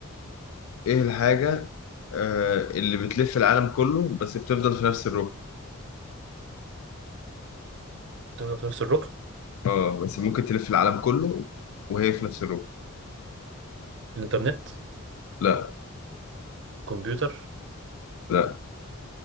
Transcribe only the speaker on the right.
تبدأ في نفس الركن
الإنترنت
كمبيوتر